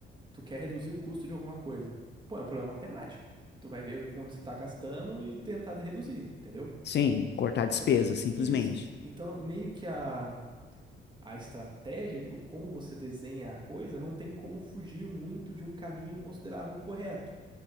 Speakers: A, on the right; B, on the left.
A: Tu quer reduzir o custo de alguma coisa. Pô, é um problema matemático. Tu vai ver quanto você tá gastando e tentar de reduzir, entendeu?
B: sim, cortar
A: Então,
B: despesa, simplesmente.
A: isso. Então, meio que a, a estratégia, o- como você desenha a coisa, não tem como fugir muito de um caminho considerado o correto,